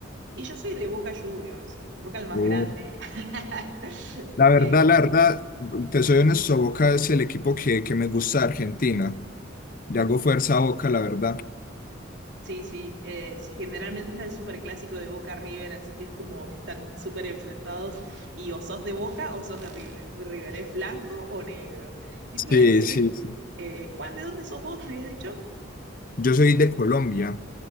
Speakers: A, on the right (about 65°); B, on the left (about 45°).
A: Y yo soy de Boca Juniors, Boca el más
B: Oh,
A: grande. <laughs>
B: La verdad,
A: Eh,
B: la verdad, te soy honesto, Boca es el equipo que, que me gusta de Argentina. Le hago fuerza a Boca, la verdad.
A: sí, sí, eh, sí, generalmente está el superclásico de Boca River, así que es como que están súper enfrentados y o sos de Boca o sos de River. River, ¿es blanco o negro? ¿Qué
B: Sí,
A: te iba a decir?
B: sí, sí.
A: Eh, Juan, ¿de dónde sos vos? ¿Me habías dicho?
B: Yo soy de Colombia.